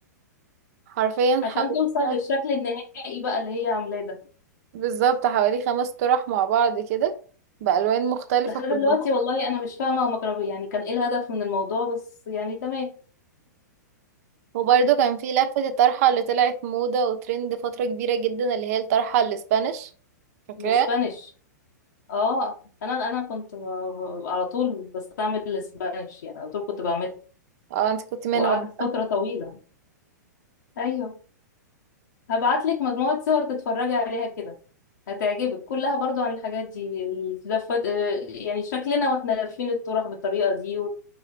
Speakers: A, on the right (about 55°); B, on the left (about 70°).
A: حرفيا
B: عشان
A: حوالي
B: توصل للشكل النهائي بقى اللي هي عاملاه ده
A: بالظبط حوالي خمس طرح مع بعض كده بألوان مختلفة
B: لحد
A: كلهم
B: دلوقتي والله انا مش فاهمة هما كانوا بي- يعني كان ايه الهدف من الموضوع بس يعني تمام
A: وبرده كان في لفة الطرحة اللي طلعت موضة وترند فترة كبيرة جدا اللي هي الطرحة الاسبانيش فاكراها
B: الاسبانيش اه انا انا كنت ب... ب- على طول بستعمل الاسبانيش يعني على طول كنت بعمل
A: اه انت كنت منهم
B: وقعدت فترة طويلة ايوه هبعتلك مجموعة صور تتفرجي عليها كده هتعجبك كلها برضو عن الحاجات دي اللفات آه، يعني شكلنا واحنا لافين الطرح بالطريقة دي و-